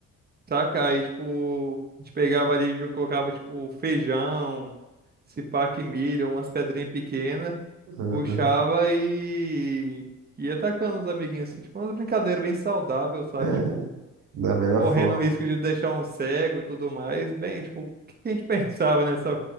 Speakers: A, on the right; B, on the right.
A: Saca? Aí, tipo, a gente pegava ali, jo- colocava, tipo, feijão, se pá que milho, umas pedrinhas pequenas,
B: Uhum.
A: puxava e ia atacando os amiguinhos, assim, tipo, umas brincadeiras bem saudáveis, sabe?
B: É,
A: Tipo,
B: da melhor
A: correndo
B: forma.
A: o risco de deixar um cego e tudo mais. Bem, tipo, o que que a gente <laughs> pensava nessa.